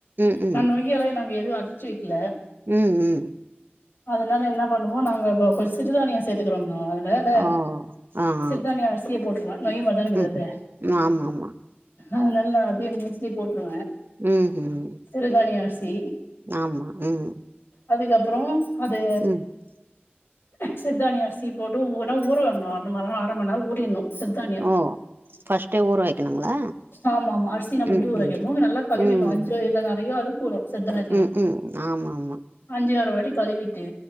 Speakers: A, on the right; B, on the left.
A: ம் ம்
B: நா நொய்யல நாங் எது அர் ச்சு வக்குல
A: ம் ம்
B: அதுனால என்ன பண்ணுவோ நாங்க இப்ப கொஞ் சிறுதானியோ சேத்துக்குறோங்க அதுனால
A: ஓ ஆ
B: சிற்தானிய
A: ஆ
B: அரிசிய போட் ருவ நொய் மாரிதான இர்க்குது
A: ம்
B: அது
A: ம் ஆமா ஆமா
B: அதுனால அதே மோஸ்ட்லி போட்ருவ
A: ம் ஹும்
B: சிறுதானிய அரிசி
A: ஆமா ம்
B: அதுக்கப்புறோ அது
A: ம்
B: சிறுதானிய அரிசிய போட்டு ஒர்னா ஊற விட்ணு அந்த மார்லா அரமண் நேரோ ஊறிர்னு சிற்தானியோ
A: ஓ ஃபர்ஸ்ட்டே ஊற வைக்கணுங்களா
B: ஆமா ஆமா அரிசி நம்ம
A: ம்
B: எப்டி ஊற
A: ம்
B: வைக்குண்மோ நல்லா கழுவிர்னு
A: ம்
B: அஞ்சு இல்ல நெறையா அளவு ஊறு சிற்தா
A: ம் ம் ஆமா ஆமா
B: அஞ்சு ஆறு வாட்டி கழுவிட்டு